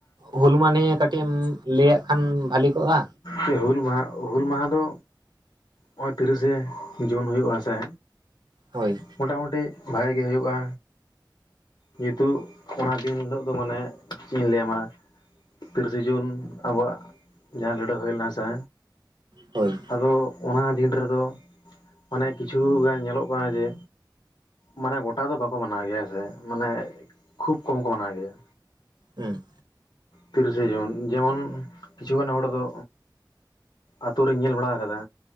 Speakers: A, on the right; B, on the left.
A: ᱦᱩᱞ ᱢᱟᱱᱮ ᱠᱟᱹᱴᱤᱡ ᱮᱢ ᱞᱟᱹᱭᱟᱜ ᱠᱷᱟᱱ ᱵᱷᱟᱞᱤ ᱠᱚᱜᱼᱟ
B: ᱥᱮ ᱦᱩᱞ ᱢᱟᱦᱟ ᱦᱩᱞ ᱢᱟᱦᱟ ᱫᱚ ᱦᱚᱜᱼᱚᱭ ᱛᱤᱨᱤᱥᱮ ᱡᱩᱱ ᱦᱩᱭᱩᱜ ᱟ ᱥᱮ
A: ᱦᱳᱭ
B: ᱢᱳᱚᱴᱟᱢᱩᱴᱤ ᱵᱷᱟᱜᱮ ᱜᱮ ᱦᱩᱭᱩᱜᱼᱟ ᱡᱮᱦᱮᱛᱩ ᱚᱱᱟ ᱫᱤᱱ ᱦᱤᱞᱳᱜ ᱫᱚ ᱢᱟᱱᱮ ᱪᱮᱫ ᱤᱧ ᱞᱟᱹᱭᱟ ᱢᱟ᱾ ᱛᱤᱨᱤᱥᱮ ᱡᱩᱱ ᱟᱵᱚᱣᱟᱜ ᱡᱟᱦᱟᱸ ᱞᱟᱹᱲᱟᱹᱭ ᱦᱩᱭ ᱞᱮᱱᱟ ᱥᱮ
A: ᱦᱳᱭ
B: ᱟᱫᱚ ᱚᱱᱟ ᱫᱤᱱ ᱨᱮᱫᱚ ᱢᱟᱱᱮ ᱠᱤᱪᱷᱩ ᱜᱟᱱ ᱧᱮᱞᱚᱜ ᱠᱟᱱᱟ ᱡᱮ ᱢᱟᱱᱮ ᱜᱚᱴᱟ ᱫᱚ ᱵᱟᱠᱚ ᱢᱟᱱᱟᱣ ᱜᱮᱭᱟ ᱥᱮ ᱢᱟᱱᱮ ᱠᱷᱩᱵ ᱠᱚᱢ ᱠᱚ ᱢᱟᱱᱟᱣ ᱜᱮᱭᱟ
A: ᱦᱮᱸ
B: ᱛᱤᱨᱤᱥᱮ ᱡᱩᱱ ᱡᱮᱢᱚᱱ ᱠᱤᱪᱷᱩᱜᱟᱱ ᱦᱚᱲ ᱫᱚ ᱟᱛᱳ ᱨᱮᱧ ᱧᱮᱞ ᱵᱟᱲᱟ ᱠᱟᱫᱟ᱾